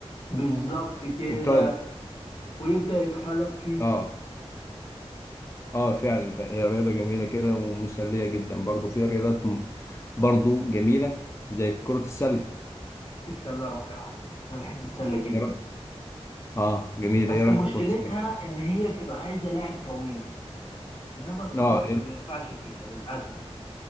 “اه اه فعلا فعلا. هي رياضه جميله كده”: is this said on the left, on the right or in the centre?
Left